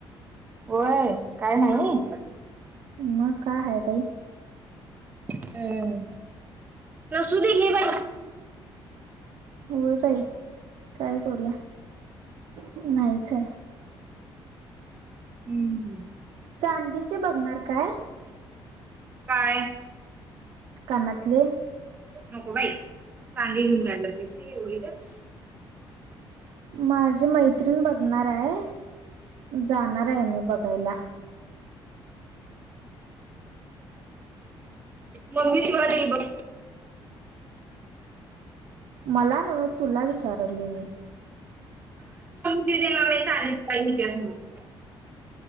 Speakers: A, on the right; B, on the right.
A: व्हयं काय हाय नी.
B: मग काय आहे बाई.
A: हम.. नसु दे घे बाई.
B: होय बाई, काय करूया नाहीचं हाय.
A: हम्म.
B: चांदीची बघणार काय,
A: काय?
B: कानातले.
A: नको बाई, चांदी घेऊन काय करतीस ती उगिचंच.
B: माझी मैत्रिण बघणार आहे. जाणार आहे मी बघायला.
A: मम्मी शिवा दिल बघ.
B: मला नव्ह तुला विचारलोय मी.
A: मी देणार <unintelligible>